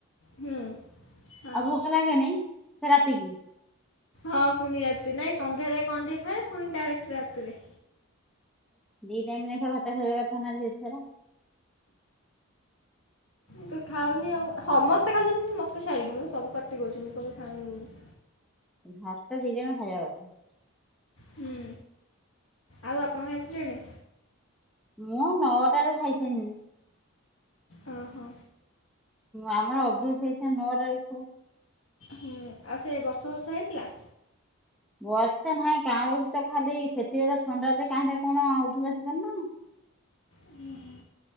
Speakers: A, on the left; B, in the centre.
A: ହୁଁ। ହଁ
B: ଆଉ ଭୋକ ଲାଗେ ନାଇଁ ସେ ରାତି କିି।
A: ହଁ ପୁଣି ରାତି ନାଇଁ ସନ୍ଧ୍ୟାରେ କଣ ଟିକେ ଖାଏ ପୁଣି ଡାଇରେକ୍ଟ ରାତିରେ।
B: ଦି ଟାଇମ ଲେଖାଏଁ ଭାତା ଖାଇ କଥା ନା ଝିଅ ଛୁଆ ଗୁଡା
A: ତ ଖାଉନି ଆଉ ସମସ୍ତେ ଖାଉଛନ୍ତି ଖାଲି ମୋତେ ଛାଡ଼ିକି ମ ସବୁ କଟି କରୁଛନ୍ତି କେବେ ଖାଉନି ବୋଲି।
B: ଭାର ତ ଦିରେ ଖାଇବା କଥା।
A: ହୁଁ ଆଉ ଆପଣଙ୍କ ଖାଇସାଇଲେଣି।
B: ମୁଁ ନଅଟାରୁ ଖାଇସାରିଲିଣି।
A: ଓ ହୋ।
B: ଆମର ଅଭ୍ୟାସ ହେଇଛି ନା ନଅ ଟରୁ ଶୋଉ।
A: ହୁଁ ଆଉ ସେ ବର୍ଷା ଫର୍ଷା ହେଇଥିଲା?
B: ବର୍ଷା ନାହିଁ କାଉଁଳ ତ ଖାଲି ସେଥିରେ ତ ଥଣ୍ଡା କାହିଁରେ କଣ ଉଠି ବସି ପାରୁନ।
A: ଓ ହୁଁ।